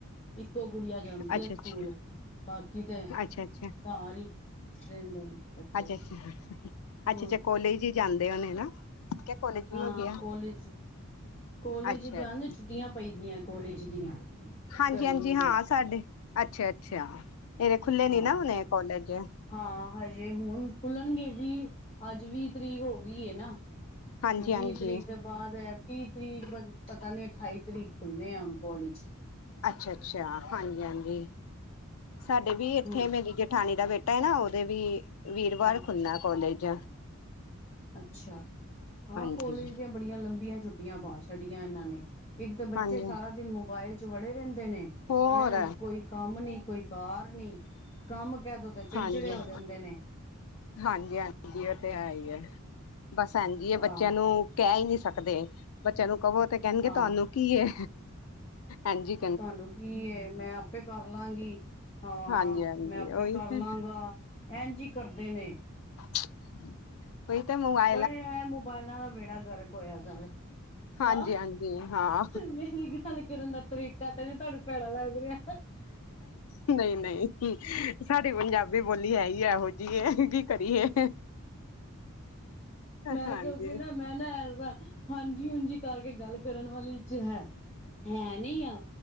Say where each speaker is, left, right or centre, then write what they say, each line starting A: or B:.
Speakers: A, on the left; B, on the left.
A: ਇੱਕੋ ਗੁੜੀਆ ਜਾਂਦੀ
B: ਅੱਛਾ
A: ਐ ਸਕੂਲ
B: ਅੱਛਾ
A: ਬਾਕੀ ਤੇ ਘਰ
B: ਅੱਛਾ ਅੱਛਾ ਅੱਛਾ
A: ਹੀ ਰਹਿੰਦੇ ਨੇ ਬੱਚੇ
B: ਅੱਛਾ ਅੱਛਾ ਅੱਛਾ
A: ਹੂੰ
B: ਅੱਛਾ ਕੋਲੇਜ ਜਾਂਦੇ ਹੋਣੇ ਨਾ ਕਿਆ ਕੋਲੇਜ ਵੀ
A: ਹਾਂ
B: ਹੋ ਗਿਆ
A: ਕੋਲੇਜ ਕੋਲੇਜ
B: ਅੱਛਾ
A: ਜਾਂਦੇ
B: ਅੱਛਾ
A: ਛੁੱਟੀਆਂ ਪਈਦੀਆਂ ਕੋਲੇਜ ਦੀਆਂ
B: ਹਾਂਜੀ
A: ਗਰਮੀ
B: ਹਾਂਜੀ
A: ਦੀਆਂ
B: ਹਾਂ ਸਾਡੇ ਅੱਛਾ ਅੱਛਾ ਇਹਦੇ ਖੁੱਲੇ
A: ਹਾਂ
B: ਨੀ ਨਾ ਹੋਣੇ ਕੋਲੇਜ
A: ਹਾਂ ਹਜੇ ਹੁਣ ਖੁੱਲਣਗੇ ਵੀ ਅੱਜ ਵੀਹ ਤਰੀਕ ਹੋ ਗਈ ਏ ਨਾ
B: ਹਾਂਜੀ
A: ਤੇ ਵੀਹ
B: ਹਾਂਜੀ
A: ਤਰੀਕ ਦੇ ਬਾਅਦ ਏ ਤੀਹ ਤਰੀਕ <unintelligible> ਪਤਾ ਨੀ ਅਠਾਈ ਤਰੀਕ ਖੁੱਲ੍ਹਣੇ ਹੈ ਹੁਣ ਕੋਲੇਜ
B: ਅੱਛਾ ਅੱਛਾ ਹਾਂਜੀ ਹਾਂਜੀ ਸਾਡੇ ਵੀ ਇੱਥੇ
A: ਹੋਰ
B: ਮੇਰੀ ਜਠਾਣੀ ਦਾ ਬੇ ਟਾ ਹੈ ਨਾ ਉਹਦੇ ਵੀ ਵੀਰਵਾਰ
A: ਹਾਂ
B: ਖੁੱਲਣਾ ਕੋਲੇਜ
A: ਅੱਛਾ
B: ਹਾਂਜੀ
A: ਹਾਂ ਕੋਲੇਜ ਦੀਆ ਬੜੀਆਂ ਲੰਬੀਆਂ ਛੁੱਟੀਆਂ ਪਾ ਛੱਡੀਆਂ ਇਹਨਾਂ ਨੇ ਇੱਕ ਤੇ ਬੱਚੇ
B: ਹਾਂਜੀ
A: ਸਾਰਾ ਦਿਨ ਮੋਬਾਇਲ ਚ ਵੜੇ ਰਹਿੰਦੇ ਨੇ
B: ਹੋਰ
A: ਹੈਂ ਕੋਈ ਕੰਮ ਨੀ ਕੋਈ ਕਾਰ ਨੀਂ। ਕੰਮ ਕੈਅ ਦੋ ਤੇ ਚਿੜਚਿੜੇ
B: ਹਾਂਜੀ
A: ਹੋ ਜਾਂਦੇ ਨੇ।
B: ਹਾਂਜੀ -ਹਾਂਜੀ ਉਹ ਤੇ ਹੈ ਈ ਐ। ਬਸ ਐਂਜ ਈ ਏ
A: ਹਾਂ
B: ਬੱਚਿਆਂ ਨੂੰ ਕਹਿ ਈ ਨੀ ਸਕਦੇ। ਬੱਚਿਆਂ ਨੂੰ ਕਹੋ ਤੇ ਕਹਿਣਗੇ
A: ਹਾਂ
B: ਤੁਹਾਨੂੰ ਕੀ ਐ ਐਂਜ ਈ
A: ਤੁਹਾਨੂੰ ਕੀ ਏ, ਮੈਂ ਆਪੇ ਕਰ ਲਾਂਗੀ। ਹਾਂ
B: ਹਾਂਜੀ ਹਾਂਜੀ
A: ਮੈਂ ਆਪੇ
B: ਉਹੀ
A: ਕਰ
B: ਤੇ
A: ਲਾਗਾ ਐਂਜ ਈ ਕਰਦੇ ਨੇ।
B: ਚਚ <unintelligible> ਕੋਈ ਤਾਂ ਮੋਬਾ <inaudible>
A: ਬਈ, ਐਂ ਮੋਬਾਇਲਾਂ ਦਾ ਬੇੜਾ ਗਰਕ ਹੋਇਆ ਦਾ ਵੇ।
B: ਹਾਂਜੀ
A: ਆਹ,
B: ਹਾਂਜੀ ਹਾਂ
A: ਮੇਰੀ ਗੱਲ ਕਰਨ ਦਾ ਤਰੀ ਕਾ ਤੇ ਨਹੀ ਤੁਹਾਨੂੰ ਭੈੜਾ ਲੱਗ ਰਿਹਾ।
B: ਨਹੀਂ-ਨਹੀਂ, ਸਾਡੀ ਪੰਜਾਬੀ ਬੋਲੀ ਹੈ ਈ ਇਹੋ ਜੀ ਏ। ਕੀ ਕਰੀਏ,
A: ਮੈਂ
B: ਹਾਂਜੀ।
A: ਕਿਉਂਕਿ <unintelligible> ਹਾਂਜੀ ਹੂੰਜੀ ਕਰਕੇ ਗੱਲ ਕਰਨ ਵਾਲੀਆਂ ਚ ਹੈ, ਹੈ ਨੀ ਆਂ।